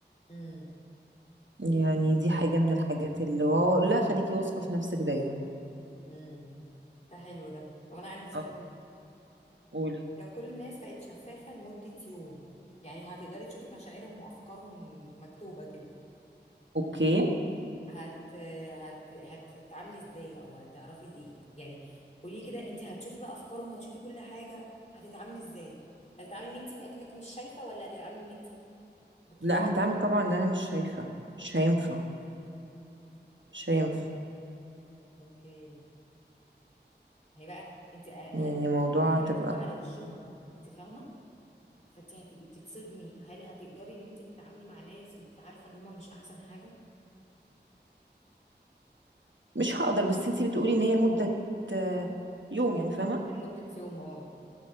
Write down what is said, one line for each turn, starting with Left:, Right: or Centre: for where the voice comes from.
Left: امم
Right: يعني دي حاجة
Left: حلو
Right: من الحاجات اللي واقول لها خليكي واثقة في نفسك دايما
Left: امم ده حلو ده طب انا عندي سؤال
Right: اه
Left: ليكي
Right: قول
Left: لو كل الناس بقت شفافة لمدة يوم يعني هتقدري تشوفي مشاعرهم وافكارهم مكتوبة كده
Right: اوكي
Left: هت هت هت- هتتعاملي ازاي او هتعرفي ايه يعني قولي كده انت هتشوفي بقى افكارهم وهتشوفي كل حاجة هتتعاملي ازاي هتتعاملي ان انت اكنك مش شايفة ولا هتتعاملي ان انت بترياكت
Right: لا هتعمل طبعا ان انا مش شايفة مش هينفع
Left: امم
Right: مش هينفع
Left: اوكي هي بقى انت
Right: يعني
Left: هت...
Right: موضوع
Left: اكنها
Right: تبقى
Left: مكتوبه على وشهم انت فاهمه فانت هتبقي بتتصدمي هل هتقدري ان انت تتعاملي مع ناس انت عارفه ان هم مش احسن حاجه
Right: مش هقدر بس انتي بتقولي ان هي لمدة آه، يوم يعني فاهمة
Left: لمده يوم اه